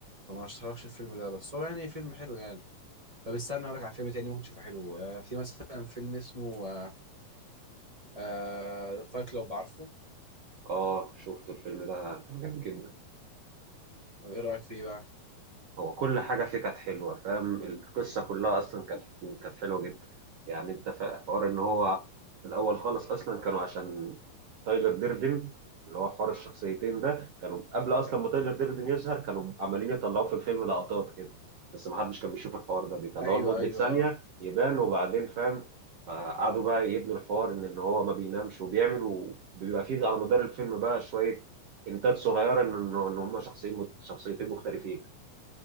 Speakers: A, on the right; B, on the right.
A: فما اشتركش الفيلم ده بس هو يعني فيلم حلو يعني طب استنى اقول لك على فيلم تاني ممكن تشوفه حلو آه، في مثلا فيلم اسمه آه، آه فايت كلوب عارفه
B: اه شفت الفيلم ده كان جامد جدا
A: طب ايه رايك فيه بقى
B: هو كل حاجة فيه كانت حلوة فاهم القصة كلها أصلا كانت كانت حلوة جدا يعني أنت فا- حوار إن هو في الأول خالص أصلا كانوا عشان تايلر ديردن اللي هو حوار الشخصيتين ده كانوا قبل أصلا ما تايلر ديردن يظهر كانوا عمالين يطلعوا في الفيلم لقطات كده بس محدش كان بيشوف الحوار ده بيطلعوه
A: ايوه
B: لمدة
A: ايوه
B: ثانية
A: اه
B: يبان وبعدين فاهم آه، قعدوا بقى يبنوا الحوار إن إن هو ما بينامش وبيعمل وبيبقى فيه على مدار الفيلم بقى شوية إنتاج صغيرة إن إن إن هما شخصين شخصيتين مختلفين